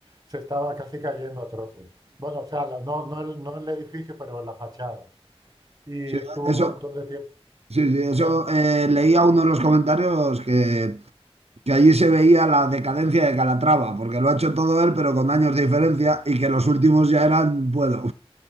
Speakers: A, on the right; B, on the right.
A: se estaba casi cayendo a trozos. Bueno, o sea, la- no, no, el, no el edificio, pero la fachada. Y
B: Sí,
A: estuvo
B: eso,
A: un montón de tiempo.
B: Sí, sí, eso
A: Sí, Es-
B: eh, leía uno de los comentarios que, que allí se veía la decadencia de Calatrava, porque lo ha hecho todo él, pero con años de diferencia, y que los últimos ya eran, puedo.